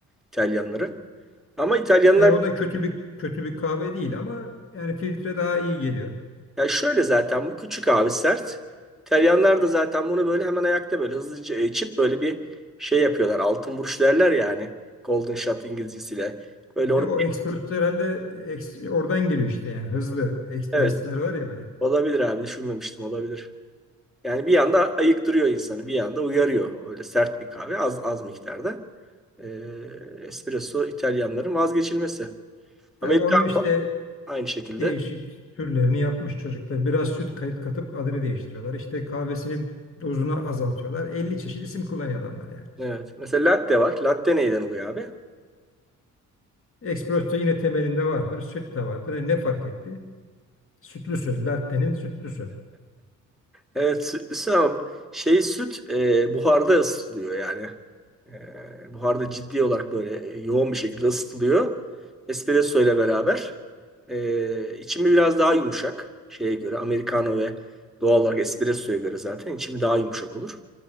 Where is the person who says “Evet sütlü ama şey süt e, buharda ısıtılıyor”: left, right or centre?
Centre